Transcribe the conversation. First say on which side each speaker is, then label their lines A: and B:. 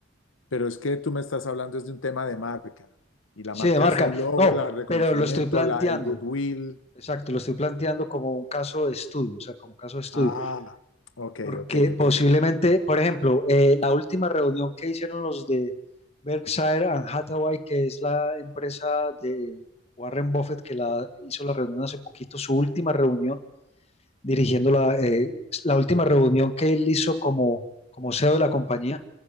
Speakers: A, on the left (about 75°); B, on the left (about 30°).
A: pero es que tú me estás hablando es de un tema de marca. Y la
B: Sí,
A: marca
B: de marca.
A: es el logo,
B: No,
A: la- el reconocimiento,
B: pero lo estoy planteando.
A: la, el goodwill.
B: Exacto, lo estoy planteando como un caso de estudio, o sea, como caso de estudio,
A: Ah, ok,
B: porque
A: ok,
B: posiblemente,
A: ok.
B: por ejemplo, eh, la última reunión que hicieron los de Berkshire and Hathaway, que es la empresa de Warren Buffett que la hizo la reunión hace poquito, su última reunión, dirigiendo la, eh, la última reunión que él hizo como, como CEO de la compañía,